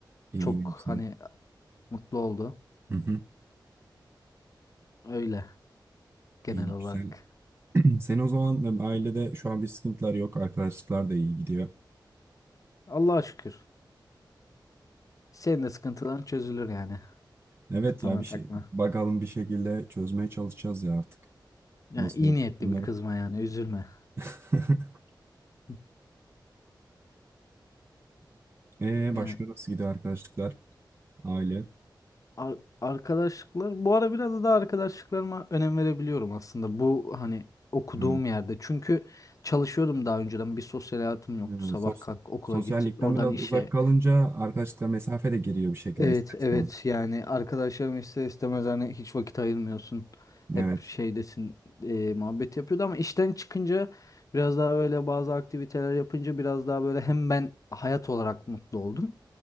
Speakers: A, on the right; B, on the left.
A: iyi
B: Çok
A: ne güzel.
B: hani mutlu oldu.
A: Hı hı.
B: Öyle genel
A: İyi
B: olarak.
A: güzel. <clears throat> Sen o zaman e, ailede şu an bir sıkıntılar yok. Arkadaşlıklar da iyi gidiyor.
B: Allah'a şükür. Senin de sıkıntıların çözülür yani.
A: Evet
B: Kafana
A: ya bir
B: takma.
A: şey bakalım bir şekilde çözmeye çalışacağız ya artık.
B: Yani
A: Nasıl
B: iyi
A: olacak
B: niyetli
A: bilmiyorum.
B: bir kızma yani üzülme.
A: <laughs>
B: <laughs>
A: Ee,
B: Yani
A: başka nasıl gidiyor arkadaşlıklar, aile?
B: ar- arkadaşlıklar bu ara biraz da arkadaşlıklarıma önem verebiliyorum aslında bu hani okuduğum
A: Hı.
B: yerde. Çünkü çalışıyordum daha önceden bir sosyal hayatım yoktu.
A: Hı,
B: Sabah
A: Sos
B: kalk okula
A: sosyallikten
B: git oradan
A: biraz
B: işe
A: uzak kalınca arkadaşlıklar mesafe de giriyor bir şekilde
B: Evet
A: ister istemez.
B: evet yani arkadaşlarım ister istemez hani hiç vakit ayırmıyorsun. Hep
A: Evet,
B: şeydesin e, muhabbet yapıyordu ama işten çıkınca biraz daha böyle bazı aktiviteler yapınca biraz daha böyle hem ben hayat olarak mutlu oldum.